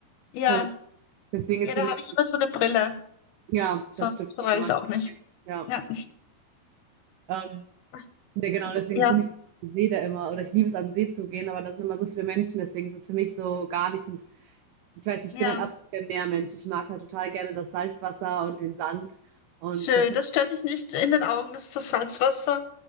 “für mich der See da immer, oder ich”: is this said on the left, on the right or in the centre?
Right